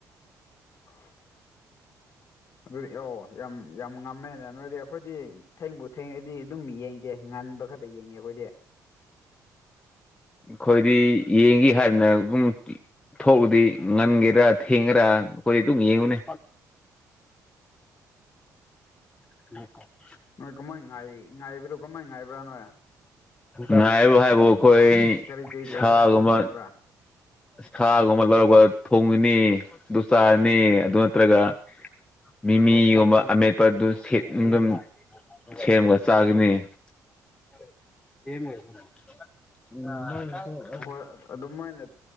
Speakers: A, on the left; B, on the left.
A: <inaudible> ꯑꯗꯨꯗꯤ ꯑꯧ ꯌꯥꯝ ꯌꯥꯝ ꯉꯝꯃꯦꯅ ꯅꯣꯏꯗꯤ ꯑꯩꯈꯣꯏꯗꯤ ꯊꯦꯡꯕꯨ ꯊꯦꯡꯉꯗꯤ ꯑꯗꯨꯝ ꯌꯦꯡꯗꯦ ꯉꯟꯕ ꯈꯛꯇ ꯑ ꯌꯦꯡꯉꯦ ꯑꯩꯈꯣꯏꯗꯤ <inaudible>
B: ꯑꯩꯈꯣꯏꯗꯤ ꯌꯦꯡꯈꯤ ꯍꯥꯏꯗꯅ ꯑꯗꯨꯝ ꯊꯣꯛꯑꯗꯤ ꯉꯟꯒꯦꯔꯥ ꯊꯦꯡꯒꯦꯔꯥ ꯑꯩꯈꯣꯏ ꯑꯗꯨꯝ ꯌꯦꯡꯉꯨꯅꯦ <unintelligible>
A: ꯅꯣꯏ ꯀꯃꯥꯏ ꯉꯥꯏ ꯉꯥꯏꯕꯗꯣ ꯀꯃꯥꯏ ꯉꯥꯏꯕ꯭ꯔꯥꯅꯣꯏ
B: ꯉꯥꯏꯕ ꯍꯥꯏꯕꯨ ꯑꯩꯈꯣꯏ
A: ꯀꯔꯤ ꯀꯔꯤ ꯆꯥꯔꯒ
B: ꯁꯥꯒꯨꯝꯕ
A: ꯑꯗꯨꯝ ꯉꯥꯏꯕ꯭ꯔꯥ
B: ꯁꯥꯒꯨꯝꯕ ꯂꯧꯔꯛꯄ ꯊꯣꯡꯉꯅꯤ ꯑꯗꯨ ꯆꯥꯔꯅꯤ ꯑꯗꯨ ꯅꯠꯇ꯭ꯔꯒ ꯃꯤꯃꯤꯒꯨꯝꯕ ꯑꯃꯦꯠꯄꯗꯨ ꯁꯦꯝ ꯑꯗꯨꯝ ꯁꯦꯝꯒ ꯆꯥꯒꯅꯤ <unintelligible>
A: ꯑꯍꯣꯏ ꯑꯗꯨꯝ ꯃꯣꯏꯅ